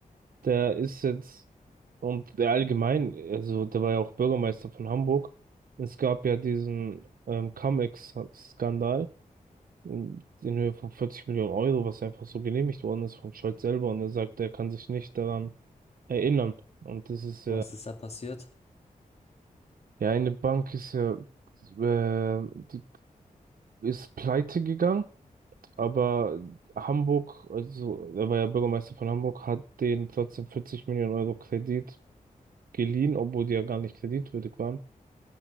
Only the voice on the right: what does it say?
der ist jetzt und der allgemein, also der war ja auch Bürgermeister von Hamburg. Es gab ja diesen ähm, Cum-Ex-Skandal in in Höhe von 40 Millionen Euro, was einfach so genehmigt worden ist von Scholz selber. Und er sagt, er kann sich nicht daran erinnern. Und das ist
ja,
ja, eine Bank ist ja, äh, die ist pleite gegangen. Aber Hamburg, also er war ja Bürgermeister von Hamburg, hat denen trotzdem 40 Millionen Euro Kredit geliehen, obwohl die ja gar nicht kreditwürdig waren.